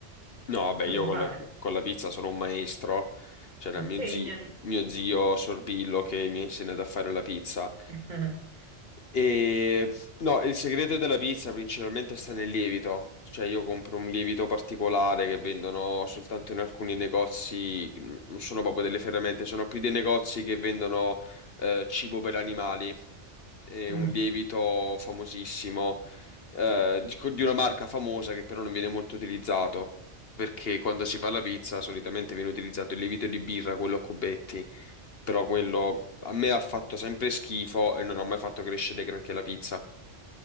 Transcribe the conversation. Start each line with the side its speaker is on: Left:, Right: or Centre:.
Left: No, vabbè,
Right: Tu
Left: io
Right: la sai
Left: con
Right: fare?
Left: la, con la pizza sono un maestro. C'era
Right: Insegnami.
Left: mio zio, mio zio Sorbillo che mi ha insegnato a fare la pizza.
Right: <laughs>
Left: E no, il segreto della pizza principalmente sta nel lievito. Cioè, io compro un lievito particolare che vendono soltanto in alcuni negozi, non sono proprio delle ferramente, sono più dei negozi che vendono eh, cibo per animali. È
Right: Mm.
Left: un lievito famosissimo, eh, di di una marca famosa che però non viene molto utilizzato. Perché quando si fa la pizza solitamente viene utilizzato il lievito di birra, quello a cubetti però quello a me ha fatto sempre schifo e non ha mai fatto crescere granché la pizza.